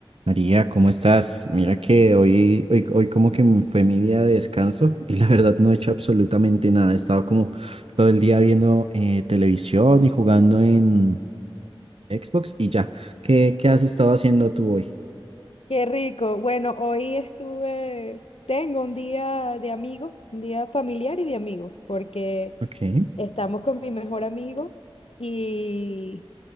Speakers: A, on the right; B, on the left.
A: María, ¿cómo estás? Mira que hoy, hoy, hoy como que m- fue mi día de descanso y la verdad no he hecho absolutamente nada. He estado como todo el día viendo eh, televisión y jugando en Xbox y ya. ¿Qué, qué has estado haciendo tú hoy?
B: Qué rico. Bueno, hoy estuve, tengo un día de amigos, un día familiar y de amigos, porque
A: Ok,
B: estamos con mi mejor amigo y